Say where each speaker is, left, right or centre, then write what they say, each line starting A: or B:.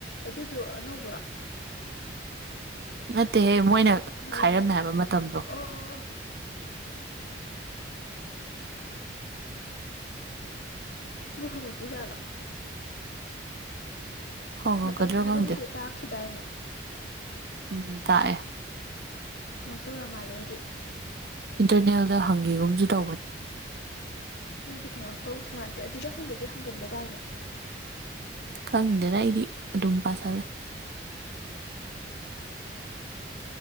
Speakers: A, on the left; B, on the right.
A: ꯑꯗꯨꯗꯣ ꯑꯅꯧꯕꯔꯣ
B: ꯅꯠꯇꯦꯍꯦ ꯃꯣꯏꯅ
A: ꯃꯌꯥꯏ
B: ꯈꯥꯏꯔꯝꯃꯦ ꯍꯥꯏꯕ ꯃꯇꯝꯗꯣ
A: ꯑꯣ ꯑꯣ ꯑꯣ ꯑꯗꯨꯣ ꯍꯪꯉꯂꯛꯇꯣꯏꯖꯥꯠꯂꯥ
B: ꯍꯪꯉꯛꯀꯗ꯭ꯔꯥ
A: ꯃꯇꯝ ꯈꯥꯏꯕꯒꯤꯗꯣ
B: ꯈꯪꯗꯦ
A: ꯇꯥꯛꯈꯤꯗꯥꯏꯅꯦ
B: ꯎꯝ ꯇꯥꯛꯑꯦ
A: ꯍꯪꯉꯛꯇꯧ ꯌꯥꯝ ꯃꯥꯜꯂꯦ ꯑꯩꯗꯤ
B: ꯏꯟꯇꯔꯅꯦꯜꯗ ꯍꯪꯒꯦꯒꯨꯝꯁꯨ ꯇꯧꯕꯅꯤ
A: ꯑꯗꯨꯗꯤ ꯍꯪꯉꯛꯇꯧꯗꯤ ꯃꯥꯟꯗ꯭ꯔꯦ ꯑꯗꯨꯗ ꯍꯪꯕꯁꯦ ꯍꯪꯒꯟꯗꯗꯥꯏꯅꯦ
B: ꯈꯪꯗꯦꯅ ꯑꯩꯗꯤ ꯑꯗꯨꯝ ꯄꯥꯖꯔꯦ